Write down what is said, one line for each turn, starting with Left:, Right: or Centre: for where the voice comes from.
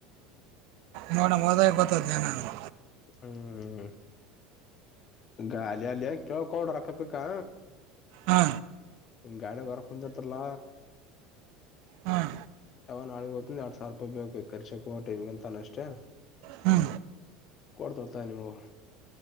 Right: ನೋಡಮ್ಮ ಓದಕ್ಕೆ ಗೊತ್ತಾಗ್ತಿದೆ ಏನೆಂಬದೂ
Left: ಹ್ಮ್ ಗಾಲಲ್ಲಿ ಕೇಳಕ್ಕೆ ಹೋಗ್ಬೇಡ ರಕ್ಕಪಿಕಾ
Right: ಹಾ
Left: ನಿನ್ ಗಾಡಗ್ ಹೊರಗ್ ಕುಂದರ್ತರ್ಲ
Right: ಹಾಂ
Left: ಯಾವನ್ ನಾಡ್ಗ್ ಹೋತಿನ್ ಎರಡ್ ಸಾವಿರ್ ರೂಪಾಯಿ ಬೇಕ್ ಟೈಮ್ಗೆ ಖರ್ಚು ಗ್ ಅಂತನೆ ಅಷ್ಟೇ.
Right: ಹ್ಞೂ
Left: ಕೊಡತತ ಅನುಮೋ